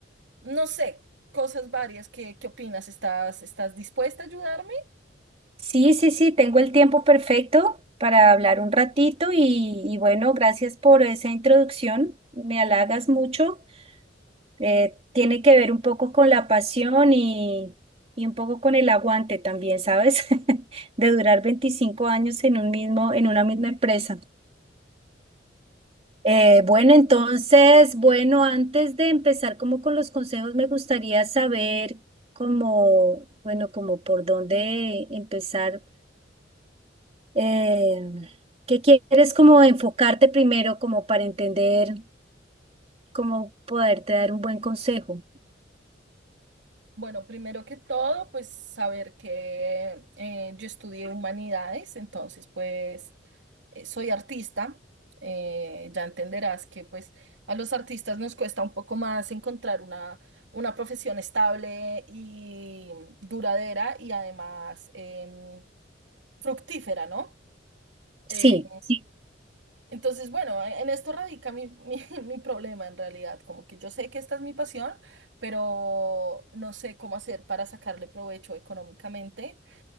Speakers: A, on the right (about 75°); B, on the right (about 35°).
A: No sé, cosas varias, ¿qué, qué opinas? ¿Estás, estás dispuesta a ayudarme?
B: Sí, sí, sí, tengo el tiempo perfecto para hablar un ratito y, y bueno, gracias por esa introducción, me halagas mucho. Eh, tiene que ver un poco con la pasión y, y un poco con el aguante también, ¿sabes? <laughs> De durar 25 años en un mismo, en una misma empresa. Eh, bueno, entonces, bueno, antes de empezar como con los consejos, me gustaría saber cómo, bueno, como por dónde empezar eh, que quieres como enfocarte primero como para entender cómo poderte dar un buen consejo.
A: Bueno, primero que todo, pues saber que eh, yo estudié humanidades, entonces pues eh, soy artista. eh, ya entenderás que pues a los artistas nos cuesta un poco más encontrar una, una profesión estable y duradera y además em, fructífera, ¿no?
B: Sí,
A: Eh,
B: Sí.
A: entonces, bueno, en esto radica mi, mi, <laughs> mi problema en realidad, como que yo sé que esta es mi pasión, pero no sé cómo hacer para sacarle provecho económicamente,